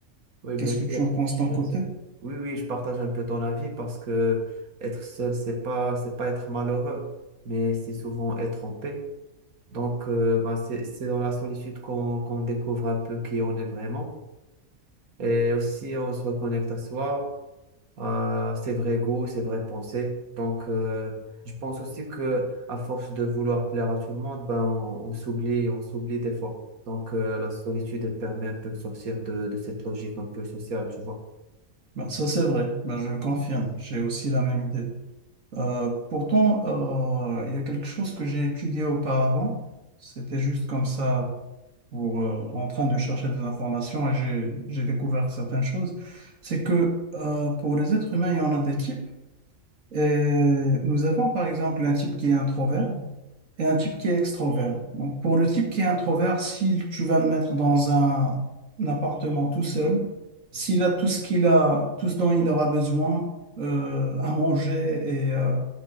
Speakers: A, on the right; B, on the right.
A: Oui, bien
B: Qu'est-ce
A: sûr.
B: que tu en penses d'un
A: Bien
B: côté?
A: sûr. Oui, oui, je partage un peu ton avis parce que être seul, c'est pas, c'est pas être malheureux, mais c'est souvent être en paix. Donc, euh, ben, c'est, c'est dans la solitude qu'on qu'on découvre un peu qui on est vraiment et aussi on se reconnecte à soi. euh, ses vrais goûts, ses vraies pensées. Donc, euh, je pense aussi que à force de vouloir plaire à tout le monde, ben, on, on s'oublie, on s'oublie des fois. Donc, euh, la solitude, elle permet un peu de sortir de, de cette logique un peu sociale, tu vois.
B: Ben, ça, c'est vrai, Ben, je le confirme, j'ai aussi la même idée. Euh, pourtant, euh, il y a quelque chose que j'ai étudié auparavant, c'était juste comme ça, pour, euh, en train de chercher des informations et j'ai, j'ai découvert certaines choses, c'est que euh, pour les êtres humains, il y en a des types, et nous avons par exemple un type qui est introvert, et un type qui est extrovert. Donc, pour le type qui est introvert, si tu vas le mettre dans un, un appartement tout seul, s'il a tout ce qu'il a, tout ce dont il aura besoin euh, à manger et euh,